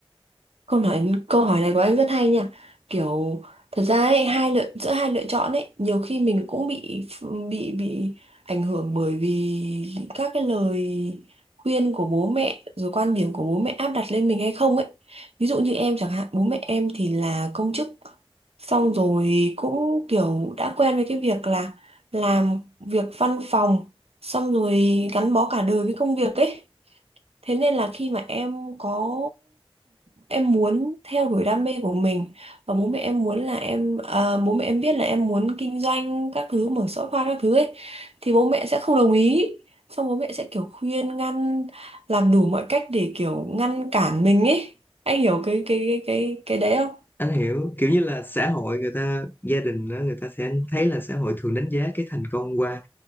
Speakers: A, on the right; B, on the left.
A: Câu nói câu hỏi này của anh rất hay nha. Kiểu thật ra ấy, hai lựa giữa hai lựa chọn ấy, nhiều khi mình cũng bị bị bị ảnh hưởng bởi vì các cái lời khuyên của bố mẹ rồi quan điểm của bố mẹ áp đặt lên mình hay không ấy. Ví dụ như em chẳng hạn, bố mẹ em thì là công chức. Xong rồi cũng kiểu đã quen với cái việc là làm việc văn phòng xong rồi gắn bó cả đời với công việc ấy Thế nên là khi mà em có em muốn theo đuổi đam mê của mình và bố mẹ em muốn là em à, bố mẹ em biết là em muốn kinh doanh các thứ mở shop hoa các thứ ấy thì bố mẹ sẽ không đồng ý xong bố mẹ sẽ kiểu khuyên ngăn làm đủ mọi cách để kiểu ngăn cản mình ấy anh hiểu cái cái cái cái cái đấy không
B: anh hiểu kiểu như là xã hội người ta gia đình đó, người ta sẽ thấy là xã hội thường đánh giá cái thành công qua